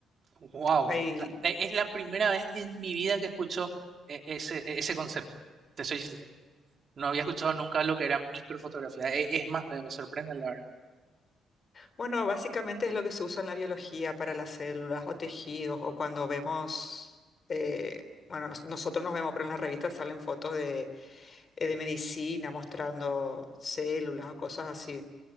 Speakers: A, on the right (about 50°); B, on the left (about 40°).
A: Wow,
B: Hay
A: es la primera vez en mi vida que escucho e- ese, e, ese concepto. Te soy sincero. No había escuchado nunca lo que era microfotografía. E- Es más, me, me sorprende la verdad.
B: Bueno, básicamente es lo que se usa en la biología para las células o tejidos o cuando vemos, eh, bueno, nos- nosotros nos vemos, pero en las revistas salen fotos de, eh, de medicina mostrando células o cosas así.